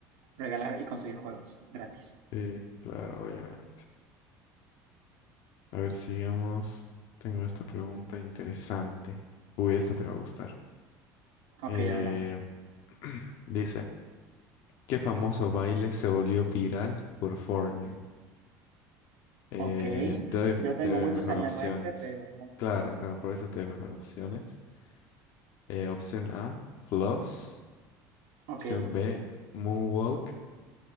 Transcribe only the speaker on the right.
regalar y conseguir juegos gratis.
Ok,
adelante.
Ok,
yo tengo
muchos
en
la mente, pero
Ok,